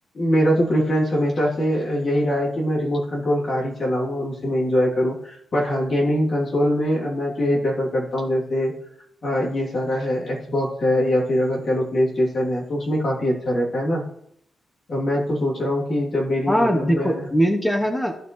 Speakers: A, on the left; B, in the centre.
A: मेरा तो प्रेफरेंस हमेशा से यही रहा है कि मैं रिमोट कंट्रोल कार ही चलाऊं और उसी में एंजॉय करूं बट हाँ गेमिंग कंसोल में अ, मैं तो यही प्रेफर करता हूँ जैसे अ, ये सारा है एक्सबॉक्स है या फिर अगर कह लो प्ले स्टेशन है तो उसमें काफी अच्छा रहता है ना अ, मैं तो सोच रहा हूँ कि जब मेरी
B: हाँ
A: मतलब
B: देखो
A: मैं
B: मेन क्या है ना